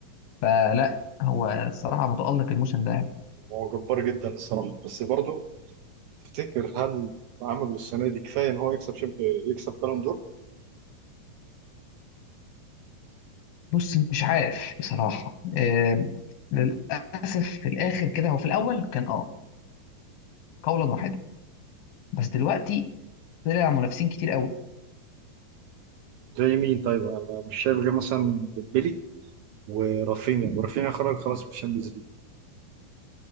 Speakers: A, on the left; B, on the right.
A: فلا هو الصراحه متالق الموسم ده
B: هو جبار جدا الصراحه بس برضه تفتكر هل عمله السنه دي كفايه ان هو يكسب شب... يكسب بالون دور
A: بص مش عارف بصراحه آه، للاسف في الاخر كده هو في الاول كان اه قولا واحدا بس دلوقتي طلع منافسين كتير قوي
B: وزي مين طيب انا مش شايف غير مثلا ديمبلي ورافينيا ورافينيا خرج خلاص من الشامبيونز ليج